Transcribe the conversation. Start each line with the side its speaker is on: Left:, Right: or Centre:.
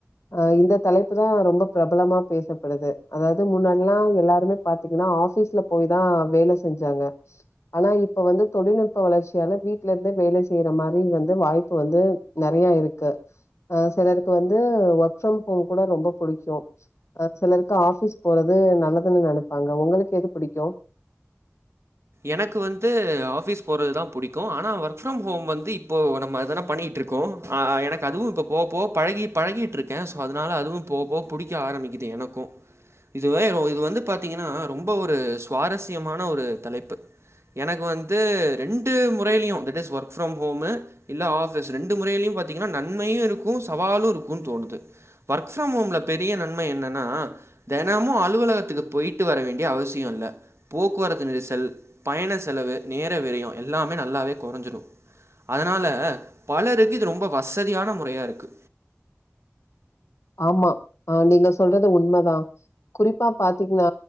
Left: அ இந்த தலைப்பு தா ரொம்ப பிரபலமா பேசப்படுது அதாவது முன்னாடில்லா எல்லாருமே பாத்தீங்கனா ஆபீஸ்ல போயி தா வேல செஞ்சாங்க ஆனா இப்ப வந்து தொழில்நுட்ப வளர்ச்சியால வீட்ல இருந்து வேல செய்யற மாரி வந்து வாய்ப்பு வந்து நெறையா இருக்கு அ சிலருக்கு வந்து ஒர்க் ஃப்ரம் ஹோம் கூட ரொம்ப புடிக்கு ஆ சிலருக் க்கு ஆஃபீஸ் போறது நல்லதுன்னு நெனப்பாங்க உங்களுக்கு எது புடிக்கு
Right: எனக்கு வந்து ஆஃபீஸ் போறது தா புடிக்கு ஆனா ஒர்க் ஃப்ரம் ஹோம் வந்து இப்போ நம்ம அதான பண்ணிட்ருக்கோ ஆ எனக்கு அதுவு இப்ப போவபோவ பழகி பழகிட்ருக்க சோ அதனால அதுவு போவபோவ புடிக்க ஆரம்மிக்குது எனக்கு இதுவே இது வந்து பாத்தீங்கன்னா ரொம்ப ஒரு சுவாரஸ்யமான ஒரு தலைப் பு எனக்கு வந்து ரெண்டு முறையிலையு that is work from home இல்ல ஆபிஸ் ரெண்டு முறையிலயு பாத்தீங்கன்னா நன்மையு இருக்கு சவாலு இருக்குன் தோணுது ஒர்க் ஃப்ரம் ஹோம்ல பெரிய நன்மை என்னன்னா தெனமு அலுவலகத்துக்கு போய்ட்டு வர வேண்டிய அவசியோ இல்ல போக்குவரத்து நெரிசல் பயண செலவு நேர விரயம் எல்லாமே நல்லாவே கொறஞ்சிரு அதனால பலருக்கு இது ரொம்ப வசதியான முறையா இருக்கு
Left: ஆமா ஆ நீங்க சொல்றது உண்மதா குறிப்பா பாத்தீங்னா